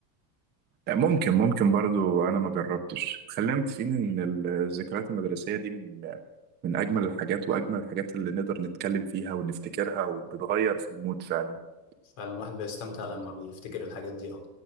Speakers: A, on the right; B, on the left.
A: آه، ممكن ممكن برضو انا ما جربتش خلينا متفقين ان ال- الذكريات المدرسيه دي من من اجمل الحاجات واجمل الحاجات اللي نقدر نتكلم فيها ونفتكرها وبتغير في المود فعلا
B: فعلا الواحد بيستمتع لما بيفتكر الحاجات دي أوي